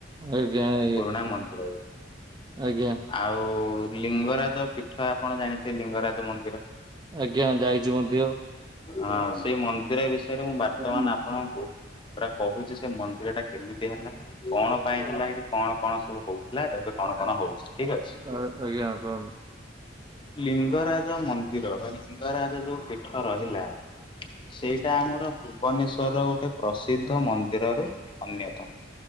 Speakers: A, on the right; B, on the left.
A: ଆଜ୍ଞା ଆଜ୍ଞା।
B: ତା ମନ୍ତ ରେ
A: ଆଜ୍ଞା।
B: ଆଉ ଲିଙ୍ଗରାଜ ପୀଠ ଆପଣ ଜାଣିଥିବେ ଲିଙ୍ଗରାଜ ମନ୍ଦିର?
A: ଆଜ୍ଞା ଯାଇଛୁ ମଧ୍ୟ।
B: ହଁ ସେଇ ମନ୍ଦିର ବିଷୟରେ ମୁଁ ବାର୍ତ୍ତମାନ
A: ଆ
B: ଆପଣଙ୍କୁ ପୁରା କହୁଛି ସେ ମନ୍ଦିର ଟା କେମିତି ହେଲା? କଣ ପାଇଁ ହେଲା ହେଠି କଣ କଣ ସବୁ ହଉଥିଲା ଏବେ କଣ କଣ ହଉଛି? ଠିକ ଅଛି।
A: ଆ ଆଜ୍ଞା କୁହନ୍ତୁ।
B: ଲିଙ୍ଗରାଜ ମନ୍ଦିର ବା ଲିଙ୍ଗରାଜ ଯୋଉ ପୀଠ ରହିଲା। ସେଇଟା ଆମର ଭୁବନେଶ୍ଵରର ଗୋଟେ ପ୍ରସିଦ୍ଧ ମନ୍ଦିରରୁ ଅନ୍ୟତମ।